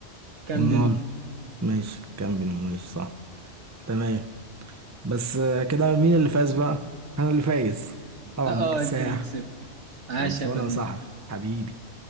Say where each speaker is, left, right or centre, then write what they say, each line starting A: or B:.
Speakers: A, on the right (about 70°); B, on the right (about 20°).
A: كامب
B: امال
A: نو
B: ماشي كامبينو ماشي صح تمام بس آه، كده مين اللي فاز بقى انا اللي فايز طبعا
A: اه آه،
B: باكتساح
A: انت اللي كسبت عاش
B: خلصانه
A: يا فنان
B: يا صاحبي حبيبي